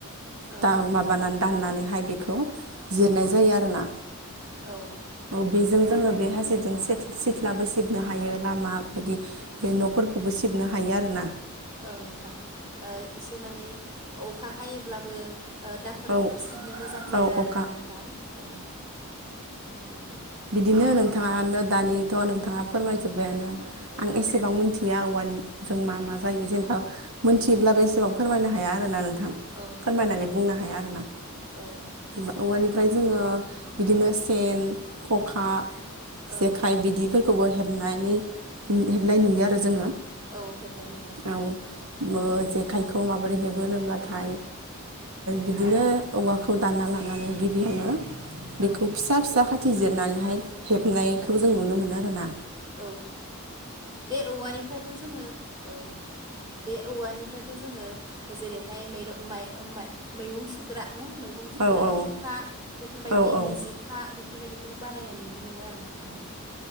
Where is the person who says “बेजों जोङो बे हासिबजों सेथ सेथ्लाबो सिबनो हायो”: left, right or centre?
Right